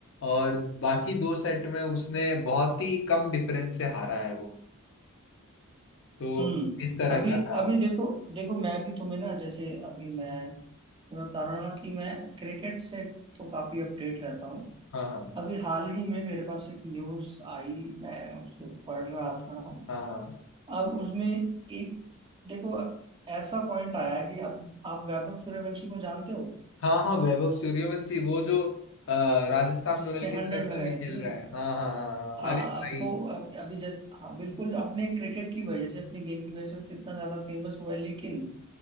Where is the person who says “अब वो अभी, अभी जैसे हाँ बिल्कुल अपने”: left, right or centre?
Right